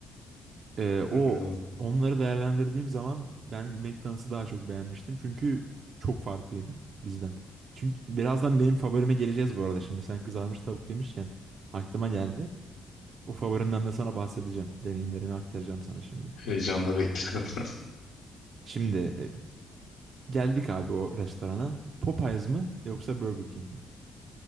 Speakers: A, on the right; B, on the left.
A: Ee, o
B: Hmm, Anladım.
A: onları değerlendirdiğim zaman ben McDonald's'ı daha çok beğenmiştim çünkü çok farklıydı bizden. Çünkü birazdan benim favorime geleceğiz bu arada. Şimdi sen kızarmış tavuk demişken aklıma geldi. O favorinden de sana bahsedeceğim. Deneyimlerimi aktaracağım sana şimdi.
B: Heyecanla bekledim. <laughs>
A: Şimdi e, Geldik abi o restorana. Popeyes mı yoksa Burger King mi?